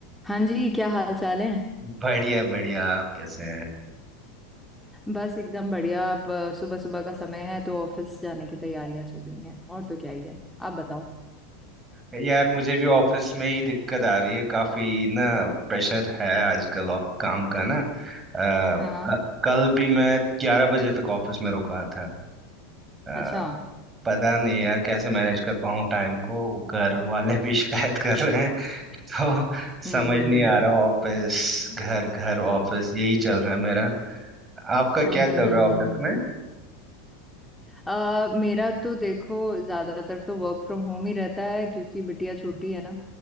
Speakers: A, in the centre; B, on the right.
A: हाँ जी क्या हाल चाल है
B: बढ़िया बढ़िया आप कैसे
A: बस एकदम बढ़िया अब सुबह सुबह का समय है तो ऑफिस जाने की तैयारियां चल रही हैं और तो क्या ही है आप बताओ
B: हैं यार मुझे भी ऑफिस में ही दिक्कत आ रही है काफी ना प्रेशर है आजकल ऑफ काम का ना अ,
A: हाँ हाँ,
B: क- कल भी मैं ग्यारह बजे तक ऑफिस में रुका था अ,
A: अच्छा
B: पता नहीं यार कैसे मैनेज कर पाऊँ टाइम को घर वाले भी <laughs> शिकायत कर रहे हैं तो
A: हम्म
B: समझ
A: हम्म
B: नहीं
A: हम्म
B: आ रहा ऑफिस घर घर ऑफिस यही चल रहा है मेरा आपका क्या
A: हम्म
B: चल
A: हम्म हम्म
B: रहा है
A: हम्म
B: ऑफिस
A: हम्म,
B: में
A: अ, मेरा तो देखो ज्यादातर तो वर्क फ्रॉम होम ही रहता है क्योंकि बिटिया छोटी है ना